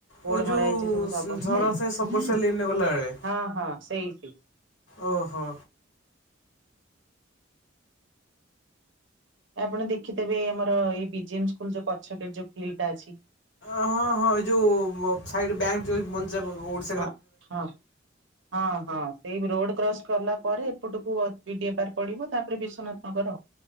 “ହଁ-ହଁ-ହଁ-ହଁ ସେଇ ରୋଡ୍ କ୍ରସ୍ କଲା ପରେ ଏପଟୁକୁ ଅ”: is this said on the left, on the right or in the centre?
Right